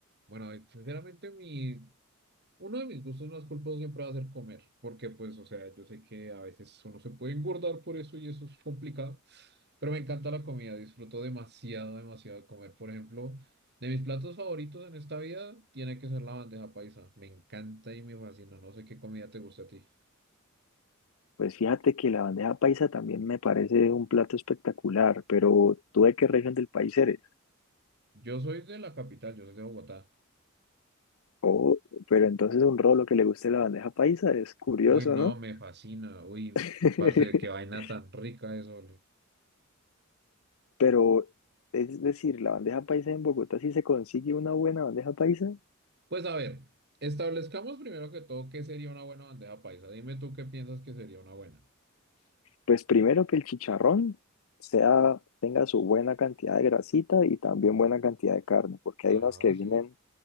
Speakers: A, on the right (about 50°); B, on the left (about 75°).
A: Bueno, eh, sinceramente mi, uno de mis gustos más culposos siempre va a ser comer, porque pues, o sea, yo sé que a veces uno se puede engordar por eso y eso es complicado, pero me encanta la comida, disfruto demasiado, demasiado de comer. Por ejemplo, de mis platos favoritos en esta vida tiene que ser la bandeja paisa, me encanta y me fascina, no sé qué comida te gusta a ti.
B: Pues fíjate que la bandeja paisa también me parece un plato espectacular, pero ¿tú de qué región del país eres?
A: Yo soy de la capital, yo soy de Bogotá.
B: Oh, pero entonces un rolo que le guste la bandeja paisa es curioso,
A: Uy, no,
B: ¿no?
A: me fascina, uy,
B: <laughs>
A: parce, qué vaina tan rica eso,
B: Pero es decir, la bandeja paisa en Bogotá, si se consigue una buena bandeja paisa,
A: Pues a ver, establezcamos primero que todo qué sería una buena bandeja paisa. Dime tú qué piensas que sería una buena.
B: pues primero que el chicharrón sea, tenga su buena cantidad de grasita y también buena cantidad de carne, porque
A: Ajá,
B: hay unos que
A: sí.
B: vienen